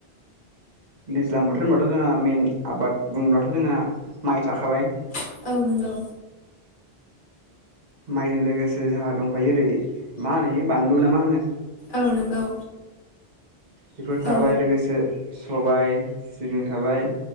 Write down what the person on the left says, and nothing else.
औ नोंगौ
औ नंगौ
औ